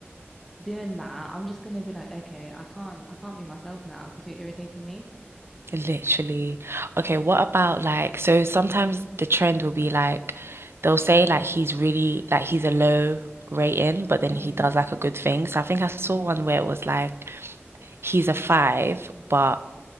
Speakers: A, in the centre; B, on the right.
A: doing that, I'm just gonna be like, okay, I can't, I can't be myself now because you're irritating me.
B: Literally. Okay, what about like, so sometimes the trend will be like, they'll say like he's really, like he's a low rating, but then
A: Mm.
B: he does like a good thing. So I think I saw one where it was like, he's a five, but